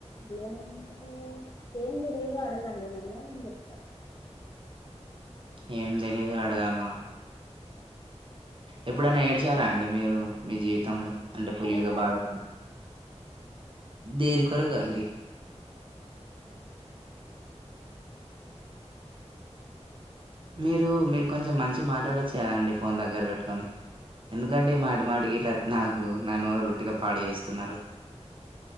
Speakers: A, on the left (about 35°); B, on the right (about 45°).
A: ఏవంటే ఏం తెలిదు అడగాండి నన్ను నేనుచెప్తా
B: ఏం తెలీదు అడగాలనా ఎప్పుడైనా ఏడ్చారా అండి మీరు మీ జీవితంలో
A: చాలా
B: అంటే ఫుల్గా
A: సార్లు
B: బాధప దేనికొరకండి మీరు మీరు కొంచెం మంచిగా మాట్లాడొచ్చు కదా అండి ఫోన్ దగ్గర పెట్టుకొని ఎందుకండీ మాటి మాటికి ఇట్లా నాకు నా నోరు ఉట్టిగా పాడు చేస్తున్నారు